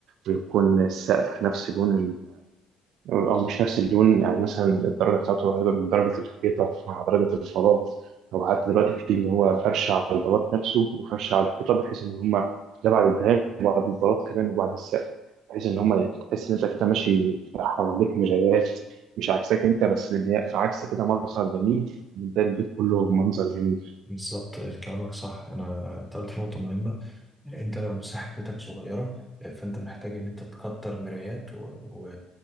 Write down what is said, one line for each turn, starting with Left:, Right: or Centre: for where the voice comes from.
Right: ويكون السقف نفس لون أو مش نفس اللون يعني مثلا الدرجة بتاعته قريبة من درجة الحيطة مع درجة البلاط أو حتى دلوقتي في اللي هو فرش على البلاط نفسه وفرش على الحيطة بحيث إن هما ده بعد الدهان وبعد البلاط كمان وبعد السقف بحيث إن هما تحس إن أنت كده ماشي حواليك مرايات مش عكسك أنت بس اللي هي عكسك كده منظر جميل ده البيت كله منظر جميل
Centre: بالظبط كلامك صح انا انت قلت نقطه مهمه انت لو مساحة بيتك صغيرة فانت محتاج ان انت تكتر مرايات و... و...